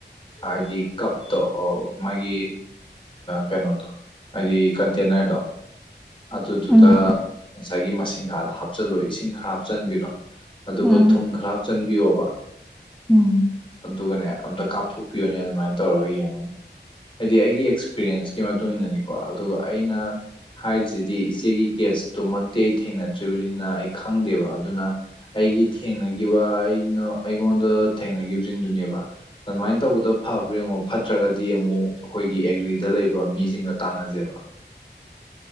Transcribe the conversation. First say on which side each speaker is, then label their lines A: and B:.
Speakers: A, on the left (about 30°); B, in the centre.
A: ꯑꯗꯤ ꯀꯞꯇ ꯃꯥꯒꯤ ꯀꯩꯅꯣꯗꯣ ꯍꯥꯏꯗꯤ ꯀꯟꯇꯦꯅꯔꯗꯣ ꯑꯗꯨꯗꯨꯗ
B: ꯎꯝ
A: ꯉꯁꯥꯏꯒꯤ ꯃꯁꯤꯡꯒ ꯍꯥꯞꯆꯜꯂꯣꯏ ꯏꯁꯤꯡ ꯈꯔ ꯍꯥꯞꯆꯤꯟꯕꯤꯔꯣ ꯑꯗꯨꯒ
B: ꯎꯝ
A: ꯊꯨꯝ ꯈꯔ ꯍꯥꯞꯆꯟꯕꯤꯌꯣꯕ
B: ꯎꯝ
A: ꯑꯗꯨꯒꯅꯦ ꯑꯝꯇ ꯀꯥꯞꯊꯣꯛꯄꯤꯌꯨꯅꯦ ꯑꯗꯨꯃꯥꯏꯅ ꯇꯧꯔꯒ ꯌꯦꯡꯉꯨꯅꯦ ꯍꯥꯏꯗꯤ ꯑꯩꯒꯤ ꯑꯦꯛꯁꯄꯤꯔꯦꯟꯁꯀꯤ ꯃꯇꯨꯡ ꯏꯟꯅꯅꯤꯀꯣ ꯑꯗꯨꯒ ꯑꯩꯅ ꯍꯥꯏꯔꯤꯁꯤꯗꯤ ꯏꯆꯦꯒꯤ ꯀꯦꯁꯇꯨꯃꯛꯇꯤ ꯑꯩ ꯊꯦꯡꯅꯗ꯭ꯔꯤꯕꯅꯤꯅ ꯑꯩ ꯈꯪꯗꯦꯕ ꯑꯗꯨꯅ ꯑꯩꯒꯤ ꯊꯦꯡꯅꯈꯤꯕ ꯑꯩꯅ ꯑꯩꯉꯣꯟꯗ ꯊꯦꯡꯅꯈꯤꯕꯁꯤꯡꯗꯨꯅꯦꯕ ꯑꯗꯨꯃꯥꯏꯅ ꯇꯧꯕꯗ ꯐꯕ꯭ꯔꯥ ꯌꯦꯡꯉꯣ ꯐꯠꯇ꯭ꯔꯒꯗꯤ ꯑꯃꯨꯛ ꯑꯩꯈꯣꯏꯒꯤ ꯑꯦꯒ꯭ꯔꯤꯗ ꯂꯩꯕ ꯃꯤꯁꯤꯡꯒ ꯇꯥꯟꯅꯖꯦꯕ